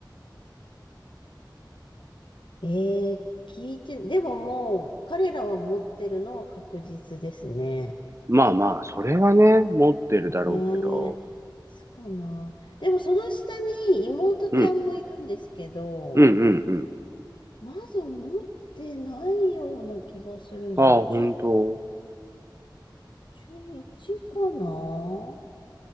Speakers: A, on the left (about 75°); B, on the right (about 35°).
A: えー聞いて、でももう、彼らは持ってるのは確実ですね。
B: まあまあ、それはね、持ってるだろうけど。
A: ねえ。すかな。でもその下に妹ちゃんもいるんですけど、
B: うん。うんうんうん。
A: まだ持ってないような気がするんです。
B: ああ、本当。
A: 中、中1かな